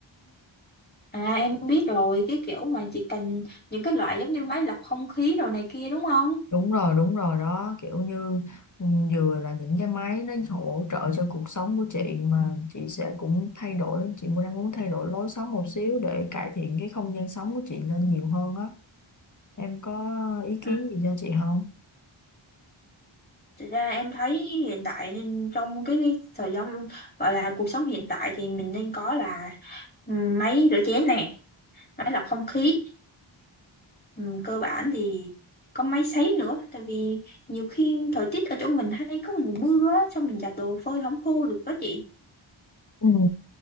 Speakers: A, on the left; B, on the left.
A: À em biết rồi, cái kiểu mà chỉ cần những cái loại giống như máy lọc không khí đồ này kia đúng không?
B: đúng rồi đúng rồi đó kiểu như ừ, vừa là những cái máy nó hỗ trợ cho cuộc sống của chị mà chị sẽ cũng thay đổi chị cũng đang muốn thay đổi lối sống một xíu để cải thiện cái không gian sống của chị lên nhiều hơn á em có ý
A: Ừ.
B: kiến gì cho chị không
A: Thực ra em thấy hiện tại nên trong cái thời gian gọi là cuộc sống hiện tại thì mình nên có là ừ, máy rửa chén nè, máy lọc không khí, ừ, cơ bản thì có máy sấy nữa, tại vì nhiều khi thời tiết ở chỗ mình hay có mùa mưa á, xong mình giặt đồ phơi không khô được đó chị,
B: ừ.